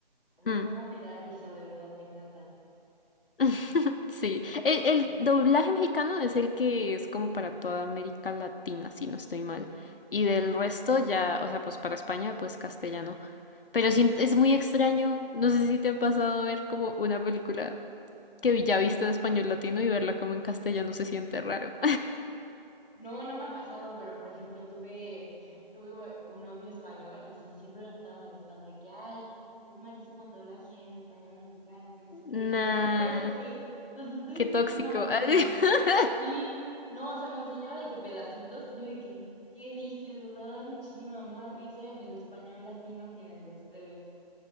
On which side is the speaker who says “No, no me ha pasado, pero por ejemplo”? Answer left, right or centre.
Centre